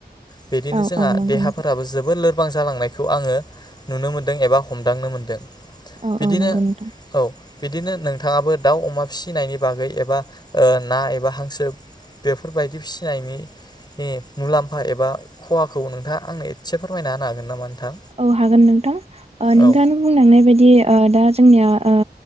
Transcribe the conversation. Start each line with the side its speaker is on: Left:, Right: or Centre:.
Left: बिदिनो
Right: औ
Left: जोंहा
Right: औ नंगौ
Left: देहाफोराबो
Right: नोंथां
Left: जोबोर <unintelligible> गोबां जालांनायखौ आंङो नुनो मोन्दों एबा हमदांनो मोनदों।
Right: औ
Left: बिदिनो
Right: -औ नोंगौ नोंथां।
Left: औ बिदिनो नोंथाङाबो दाउ, अमा फिसिनायनि बागै एबा ओ ना एबा हांसो बेफोरबायदि फिसिनायनि- नि मुलाम्फा एबा खहाखौ <unintelligible> आंनो एसे फोरमायना होनो हागोन नामा? नोंथां?
Right: औ हागोन नोंथां ओ नोंथाङानो
Left: औ
Right: बुंलांनाय बायदि ओ दा <unintelligible> ओ